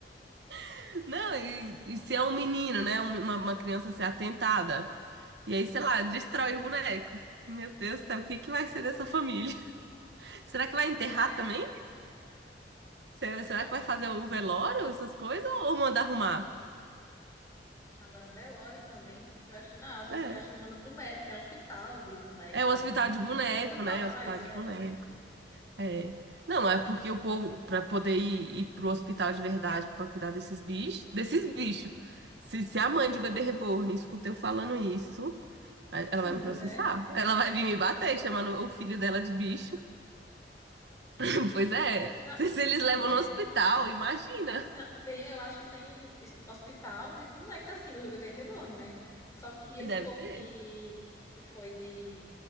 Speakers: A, on the right (about 70°); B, on the left (about 20°).
A: <laughs> Não, e, e se é um menino, né? Um, Uma, uma criança ser atentada. E aí, sei lá,
B: Sim,
A: destrói o boneco. Meu Deus do céu, o que que vai ser dessa família? <laughs> Será que vai enterrar
B: não é,
A: também? Será
B: eu não sei
A: será
B: não.
A: que vai fazer o velório, essas coisas? Ou manda arrumar?
B: Agora, velório também, eu acho que não, eu
A: É.
B: acho que manda pro médico, tem hospital de bonecos,
A: É o
B: assim,
A: hospital
B: a gente
A: de boneco,
B: tem até hospital
A: né?
B: pra
A: Hospital
B: isso,
A: de
B: é.
A: boneco. É. Não, é porque o povo, para poder ir, ir pro hospital de verdade para cuidar desses bichos, desses bichos. Se, se a mãe de um bebê reborn escuta eu falando isso, a-
B: <laughs>
A: ela vai me processar.
B: né?
A: Ela vai vir me bater, chamando o filho dela de bicho. <laughs> Pois é.
B: Não,
A: Se, se eles
B: não,
A: levam
B: mulher,
A: no hospital, imagina.
B: não, tem, eu acho que tem es- hospital de boneca, assim, do bebê reborn, né? Só que esse
A: Deve
B: povo
A: ter.
B: que, que foi de,